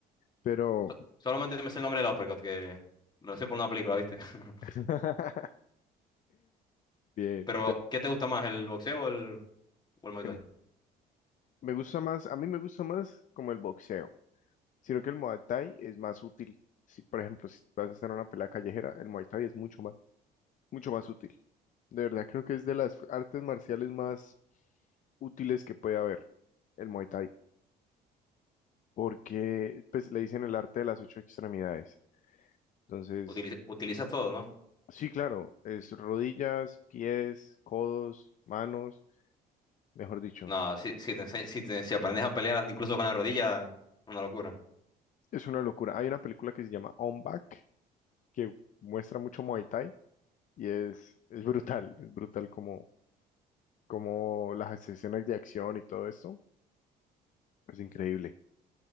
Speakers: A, on the left (about 50°); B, on the left (about 25°).
A: Pero
B: So- Solamente me sé el nombre del uppercut, que me lo sé por una película, ¿viste? <laughs>
A: <laughs> bien.
B: Pero,
A: pero
B: ¿qué te gusta más, el boxeo o el, o el Muay
A: el-
B: Thai?
A: me gusta más, a mí me gusta más como el boxeo, sino que el Muay Thai es más útil. Si, por ejemplo, si vas a estar en una pelea callejera, el Muay Thai es mucho más, mucho más útil. De verdad, creo que es de las artes marciales más útiles que puede haber, el Muay Thai, porque pues le dicen el arte de las ocho extremidades. Entonces,
B: Utiliz- utilizas todo, ¿no?
A: sí, claro, es rodillas, pies, codos, manos, mejor dicho.
B: No, si, si, te ense- si, te- si aprendes a pelear incluso con la rodilla, es una locura.
A: Es una locura. Hay una película que se llama On Back que muestra mucho Muay Thai y es, es brutal, es brutal como, como las escenas de acción y todo esto. Es increíble.